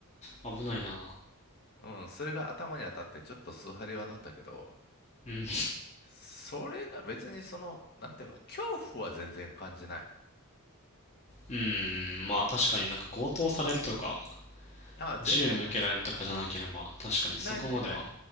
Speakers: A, on the left; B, on the left.
A: あ、危ないな。
B: うん、それが頭に当たってちょっと数針は乗ったけど、
A: うん。
B: それが別にその、なんていうの、恐怖は全然感じない。
A: うん、まあ確かになんか強盗されるとか、
B: あ、全然、
A: 銃向けられるとかじゃなければ、
B: す
A: 確かにそこまでは、
B: ないないない。